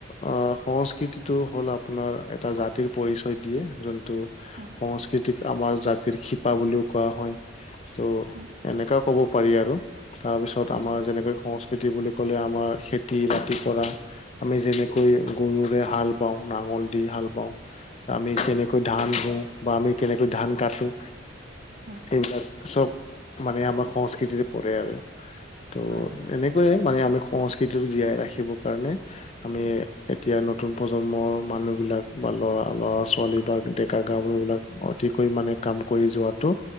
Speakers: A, on the left; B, on the right.
A: অ সংস্কৃতিটো হ'ল আপোনাৰ এটা জাতিৰ পৰিচয় দিয়ে যোনটো।
B: হয়।
A: সংস্কৃতিক আমাৰ জাতিৰ শিপা বুলিও কোৱা হয়। ত'
B: হয়
A: এনেকাও ক'ব পাৰি আৰু। তাৰপিছত
B: হয়
A: আমাৰ যেনেকৈ সংস্কৃতি বুলি ক'লে আমাৰ খেতি বাতি কৰা। আমি যেনেকৈ গৰুৰে হাল বাওঁ নাঙল দি হাল বাওঁ। আমি কেনেকৈ ধান ৰোঁ বা আমি কেনেকৈ ধান কাটো।
B: হয়।
A: এইবিলাক চব মানে আমাৰ সংস্কৃতিত পৰে আৰু। ত'
B: হয়
A: এনে সেইটোৱেই মানে, আমি সংস্কৃতিটো জীয়াই ৰাখিবৰ কাৰণে। আমি এতিয়া নতুন প্ৰজন্মৰ মানুহবিলাক, বা ল'ৰা, ল'ৰা-ছোৱালী বা ডেকা-গাভৰুবিলাক অতিকৈ মানে কাম কৰি যোৱাটো